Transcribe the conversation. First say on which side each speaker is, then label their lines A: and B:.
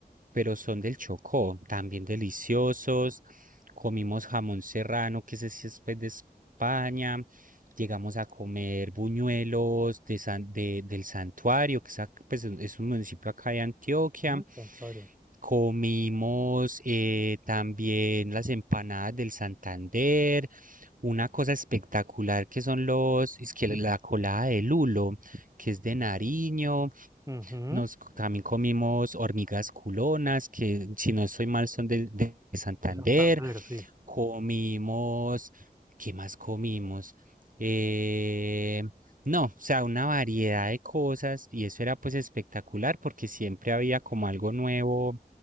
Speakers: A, on the right; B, on the right.
A: pero son del Chocó, también deliciosos. Comimos jamón serrano, que ese sí es pues, de España. Llegamos a comer buñuelos de San- de- del Santuario, que es, ac- pues, es un municipio acá de Antioquia.
B: Ujú, Santander.
A: Comimos eh, también las empanadas del Santander. Una cosa espectacular que son los, es que la colada de lulo, que es de Nariño,
B: Ujú,
A: nos co- también comimos hormigas culonas, que si no estoy mal son de, de Santander,
B: de Santander, sí.
A: comimos, ¿qué más comimos? Eh, no, o sea, una variedad de cosas y eso era pues espectacular porque siempre había como algo nuevo,